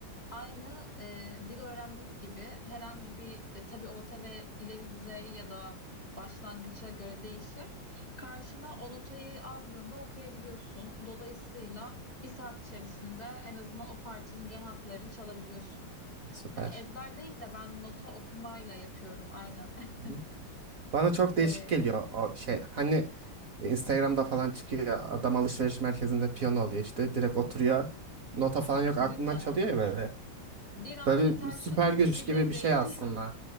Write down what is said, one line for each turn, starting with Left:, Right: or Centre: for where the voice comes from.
Left: Aynı e, dil öğrenmek gibi herhangi bir e, tabii orta ve ileri düzey ya da başlangıça göre değişir. Karşına o notayı aldığında okuyabiliyorsun. Dolayısıyla bir saat içerisinde en azından o parçanın genel hatlarını çalabiliyorsun.
Right: Süper.
Left: Hani ezber değil de ben nota okumayla yapıyorum aynen. <laughs>
Right: Hı hı. Bana çok
Left: E,
Right: değişik geliyor o şey. Hani e, Instagram'da falan çıkıyor. Adam alışveriş merkezinde piyano alıyor işte. Direkt oturuyor. Nota falan yok. Aklından
Left: değil mi?
Right: çalıyor ya böyle.
Left: Bir anda
Right: Böyle
Left: Interstellar
Right: süper
Left: müziği
Right: güç gibi
Left: devreye
Right: bir şey
Left: giriyor.
Right: aslında.